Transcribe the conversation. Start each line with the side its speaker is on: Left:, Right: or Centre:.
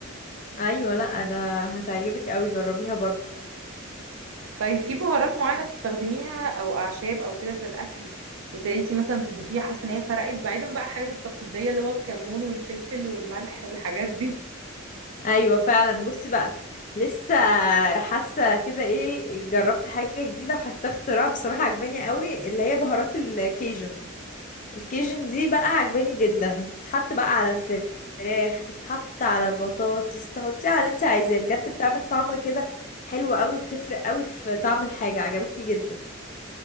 Left: ايوه لا ده هتعجبك قوي جربيها برضو
Right: طيب في بهارات معينة بتستخدميها او اعشاب او كده في الاكل ابتديتي مثلا تضيفيها حاسة ان هي فرقت بعيدا بقى الحاجات التقليدية اللي هو الكمون والفلفل والملح والحاجات دي
Left: ايوه فعلا بصي بقى لسه حاسه كده ايه جربت حاجه جديده وحاسه اختراع بصراحه عجباني قوي اللي هي بهارات الكيجن الكيجن دي بقى عجباني جدا تتحط بقى على الفراخ تتحط على البطاطس تحطيها على اللي انت عايزاه بجد بتعمل طعم كده حلو قوي وبتفرق قوي في طعم الحاجه عجبتني جدا